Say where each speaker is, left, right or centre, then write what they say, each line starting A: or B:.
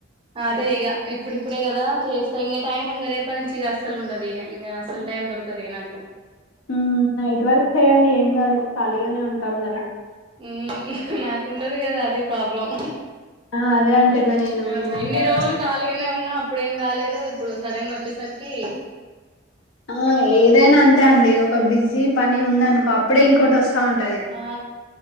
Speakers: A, on the right; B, on the left.
A: అదే ఇగ ఇప్పుడిప్పుడే గదా చేస్తా ఇంగ టైం ఇంగ రేపనుంచి ఇగ అస్సల్ గుండదు ఇగ ఇంగ అస్సలు టైం దొరకదిగ నాకు.
B: మ్మ్ నైట్వర్ చేయండి ఏం కాదు ఖాళీగానే ఉంటాం గదా
A: మ్మ్ నాకుండదు కదా అది ప్రాబ్లం.
B: ఆ అదే అంటున్నా నేను
A: ఆ
B: మిమ్మల్ని
A: ఇన్ని
B: గురించి
A: రోజులు కాలిగనే ఉన్నా అప్పుడేం రాలేదు ఇప్పుడు సడన్గా వచ్చేసరికి
B: ఆ ఏదైనా అన్ తే అండి ఒక బిజీ పని ఉందనుకో అప్పుడే ఇంక్ కోట్ వస్తా ఉంటది.
A: ఆ